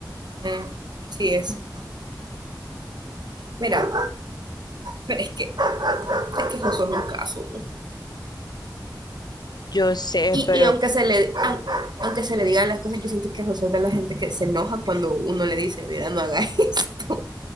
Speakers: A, on the right; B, on the left.
A: eh, sí es. Mira, pero es que, es que Josué es un caso.
B: Yo sé,
A: Y,
B: pero
A: y aunque se le, aun- aunque se le digan las cosas, yo siento que Josué es de la gente que se enoja cuando uno le dice, mira, no haga <laughs> esto.